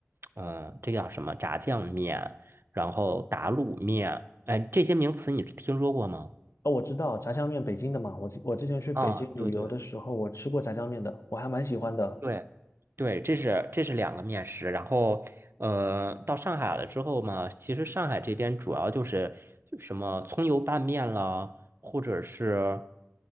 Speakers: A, on the right; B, on the left.
A: 嗯、这个叫什么炸酱面，然后打卤面，哎，这些名词你听说过吗？
B: 哦，我知道炸酱面北京的嘛，我之我之前去北京旅游的时候，
A: 啊，对对，
B: 我吃过炸酱面的，我还蛮喜欢的。
A: 对，对，这是这是两个面食。然后，呃，到上海了之后嘛，其实上海这边主要就是什么葱油拌面啦，或者是